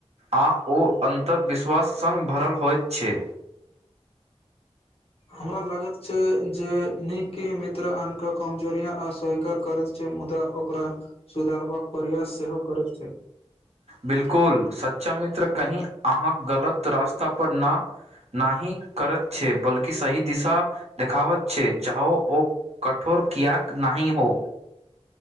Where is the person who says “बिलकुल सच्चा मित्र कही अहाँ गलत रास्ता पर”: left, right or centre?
Right